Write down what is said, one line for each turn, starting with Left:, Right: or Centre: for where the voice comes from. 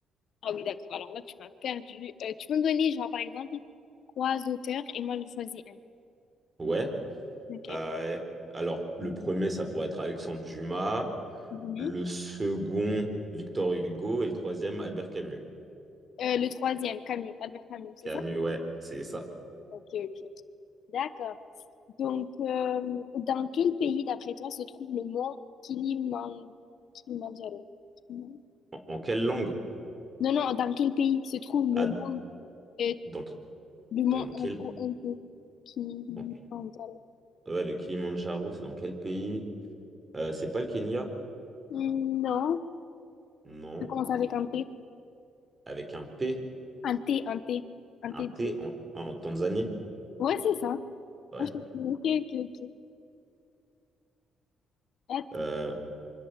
Left: Ah oui, d'accord. Alors là, tu m'as perdu. Euh, tu peux me donner, genre, par exemple, trois auteurs et moi, je choisis un.
Right: Ouais.
Left: Ok.
Right: Euh, alors, le premier, ça pourrait être Alexandre Dumas.
Left: Mhm.
Right: Le second, Victor Hugo. Et le troisième, Albert Camus.
Left: Euh, le troisième, Camus, Albert Camus, c'est
Right: Camus,
Left: ça?
Right: ouais, c'est ça.
Left: Ok, ok. D'accord. Donc, euh, dans quel pays, d'après toi, se trouve le mont Kiliman- Kilimanjaro? Non,
Right: En, en quelle langue?
Left: non, dans quel pays se trouve
Right: Ah,
Left: le mont, euh,
Right: dans,
Left: le mont
Right: dans
Left: M-O-N-T,
Right: quel...
Left: Kilimanjaro?
Right: en- ouais, le Kilimandjaro, c'est dans quel pays? Euh, c'est pas le Kenya?
Left: Hmm, Non,
Right: Non.
Left: ça commence avec un T.
Right: Avec un P,
Left: Un T, un T, un
Right: un
Left: T
Right: T
Left: de...
Right: en, en Tanzanie?
Left: Ouais, c'est ça.
Right: Ouais.
Left: Ah, je- Ok, ok, ok. Attends,
Right: Euh,